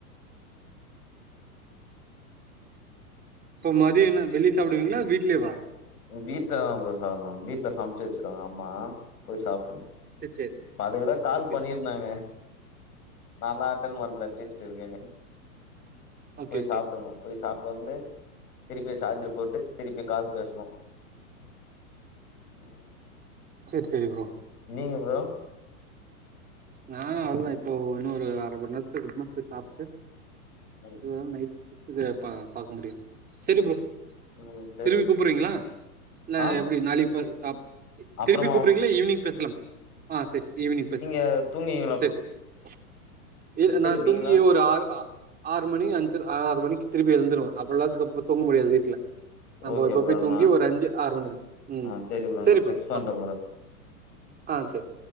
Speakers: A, on the right (about 20°); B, on the left (about 80°).
A: இப்போ மதியம் என்ன வெளிய சாப்டுவீங்ளா வீட்லே வா
B: வீட்லதா ப்ரோ சாப்னோ வீட்ல சமச்சு வச்சிப்பாங்க அம்மா போய் சாப்புன்னோ
A: சேரி சேரி
B: அதுக்கு தா கால்
A: ஓகே
B: பண்ணிருந்தாங்க
A: ஓகே
B: நா தா ஆட்டன் பண்ல பேசிட்டிருக்கன்னு
A: ஓகே
B: போய்
A: ஓகே
B: சாப்புன்னோ போய் சாப்ட்டு வந்து திருப்பி சார்ஜர் போட்டு திருப்பி கால் பேசணு ம்
A: செர் செரி ப்ரோ
B: நீங்க ப்ரோ
A: நானு வர்லா இப்போ இன்னொரு அர மண் நேரத்துக்கு <unintelligible> போய் சாப்ட்டு
B: நல்லது
A: ஃபோன் பண்ணி புத்து கோயில பா பாக்க முடியும் செரி ப்ரோ
B: ம் சேரிங்
A: திருப்பி கூப்றீங்ளா இல்ல
B: ஆ
A: எப்டி நாளைக்கு பே அ
B: அப்றமா
A: திருப்பி கூப்றீங்ளா ஈவ்னிங் பேசலாம் ஆ சரி ஈவ்னிங் பேசு
B: ஆ தூங்கிங்க
A: சர் நா
B: எடுப்பீங்களா
A: தூங்கியே ஒரு ஆறு ஆ ஆறு மணி அஞ்சுர ஆறு மணி திரும்பி எழுந்துடுவே அப்பலா திருப்ப தூங்க முடியாது வீட்ல நம்போ
B: ஓகே
A: இப்ப
B: ப்ரோ
A: போய் தூங்கி
B: நா
A: ஒரு அஞ்சு ஆறு மணி ம்
B: ஆ சேரி
A: செரி
B: நா
A: ப்ரோ
B: டெக்ஸ்ட் பண்ற
A: பாப்
B: ப்ரோ
A: ஆ சர்